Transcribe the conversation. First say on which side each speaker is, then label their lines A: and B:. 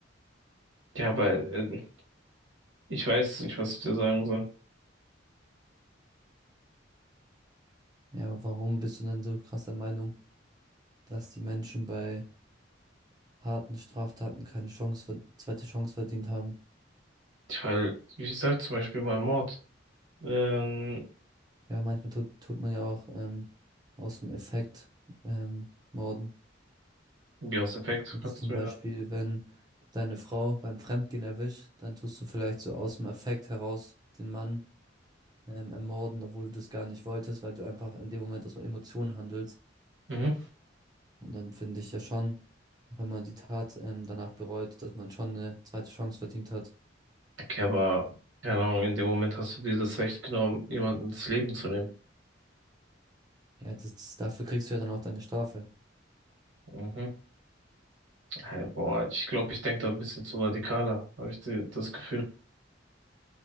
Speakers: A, on the right (about 80°); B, on the right (about 20°).
A: Ja, aber äh, ich weiß nicht, was ich dir sagen soll.
B: Ja, aber warum bist du denn so krass der Meinung, dass die Menschen bei harten Straftaten keine Chance, ver- zweite Chance verdient haben?
A: Ich halt, ich sag zum Beispiel bei Mord, ähm,
B: Ja, manchmal tut, tut man ja auch ähm, aus dem Effekt ähm, morden.
A: ja, aus Effekt,
B: Das
A: kannst
B: ist zum
A: du mir.
B: Beispiel, wenn du deine Frau beim Fremdgehen erwischt, dann tust du vielleicht so aus dem Effekt heraus den Mann ähm, ermorden, obwohl du das gar nicht wolltest, weil du einfach in dem Moment aus Emotionen handelst.
A: Mhm.
B: Und dann finde ich ja schon, auch wenn man die Tat ähm, danach bereut, dass man schon eine zweite Chance verdient hat.
A: Okay, aber, keine Ahnung, in dem Moment hast du dir das Recht genommen, jemanden ins Leben zu nehmen.
B: Ja, das, dafür kriegst du ja dann auch deine Strafe.
A: Mhm. Äh, boah, ich glaube, ich denke da ein bisschen zu radikaler, habe ich die, das Gefühl.